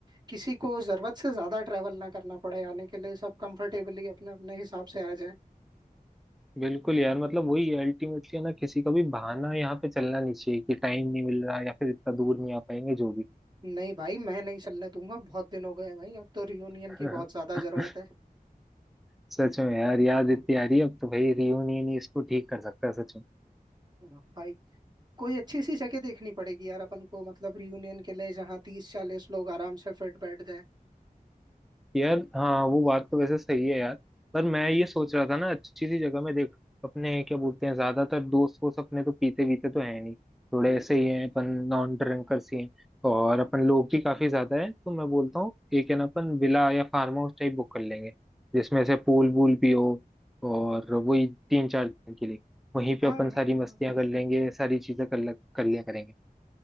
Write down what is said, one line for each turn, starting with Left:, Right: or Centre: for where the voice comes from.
Right: किसी को जरूरत से ज्यादा ट्रैवल ना करना पड़े आने के लिए सब कंफर्टेबली अपने अपने हिसाब से आ जाए
Centre: बिल्कुल यार मतलब वही अल्टीमेटली है ना किसी का भी बहाना यहाँ पे चलना नहीं चाहिए कि टाइम नहीं मिल रहा या फिर इतना दूर नहीं आ पाएंगे जो भी
Right: नहीं भाई मैं नहीं चलने दूंगा बहुत दिन हो गए हैं भाई अब तो रियूनियन
Centre: <laughs>
Right: की बहुत ज्यादा जरूरत है
Centre: सच में यार याद इतनी आ रही है अब तो भाई रियूनियन ही इसको ठीक कर सकता है सच में
Right: हाँ, भाई कोई अच्छी सी जगह देखनी पड़ेगी यार अपन को मतलब रियूनियन के लिए जहाँ तीस चालीस लोग आराम से फिट बैठ जाए
Centre: यार हाँ वो बात तो वैसे सही है यार पर मैं ये सोच रहा था ना अच्छी सी जगह में देख अपने क्या बोलते हैं ज्यादातर दोस्त वोस्त अपने तो पीते वीते तो है नहीं थोड़े
Right: हम्म
Centre: ऐसे ही हैं अपन नॉन ड्रिंकर्स ही हैं और अपन लोग ही काफी ज्यादा है तो मैं बोलता हूँ एक है ना अपन विला या फार्म हाउस टाइप बुक कर लेंगे जिसमें से पूल वूल भी हो और वही तीन चार दिन के लिए वहीं
Right: हाँ
Centre: पे अपन
Right: हाँ
Centre: सारी
Right: हाँ,
Centre: मस्तियां
Right: हाँ।
Centre: कर लेंगे सारी चीजें कर ल- कर लिया करेंगे